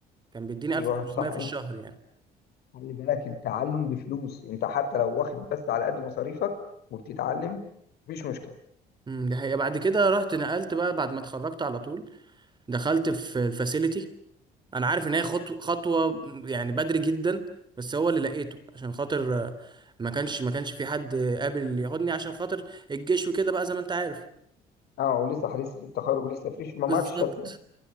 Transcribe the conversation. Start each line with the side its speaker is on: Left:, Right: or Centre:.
Right: كان بيديني
Left: ايوه
Right: 1500
Left: صح
Right: في
Left: انت
Right: الشهر يعني
Left: خلي بالك التعلم بفلوس انت حتى لو واخد بس على قد مصاريفك وبتتعلم مفيش مشكله
Right: امم دي حقيقه بعد كده رحت نقلت بقى بعد ما اتخرجت على طول دخلت في الفاسيلتي انا عارف ان هي خطوه خطوه يعني بدري جدا بس هو اللي لقيته عشان خاطر آه، ما كانش ما كانش في حد قابل ياخدني عشان خاطر الجيش وكده بقى زي ما انت عارف
Left: اه ولسه حديث التخرج ولسه فريش ما
Right: بالظبط
Left: معكش شهاده